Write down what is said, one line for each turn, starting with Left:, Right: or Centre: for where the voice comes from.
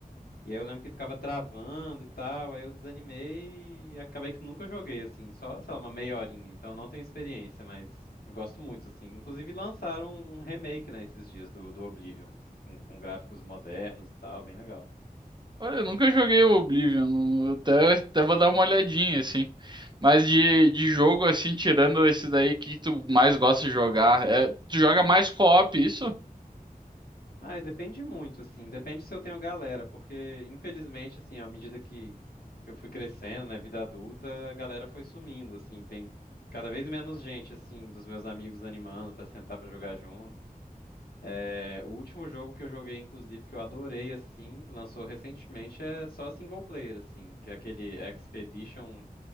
Left: E aí eu lembro que ficava travando e tal. Aí eu desanimei e acabei que nunca joguei, assim. Só, sei lá, uma meia horinha. Então eu não tenho experiência, mas eu gosto muito, assim. Inclusive lançaram um um remake, né, esses dias do, do Oblivion, com, com gráficos modernos e tal. Bem legal.
Right: Olha, eu nunca joguei o Oblivion. não- Eu até, até vou dar uma olhadinha, assim. Mas de, de jogo, assim, tirando esse daí, o que tu mais gosta de jogar? É, tu joga mais co-op, isso?
Left: Ah, depende muito, assim. Depende se eu tenho galera, porque infelizmente, assim, à medida que que eu fui crescendo, né, vida adulta, a galera foi sumindo, assim. Tem cada vez menos gente, assim, dos meus amigos animando pra sentar pra jogar junto. É, o último jogo que eu joguei, inclusive, que eu adorei, assim, lançou recentemente, é só single player, assim, que é aquele Expedition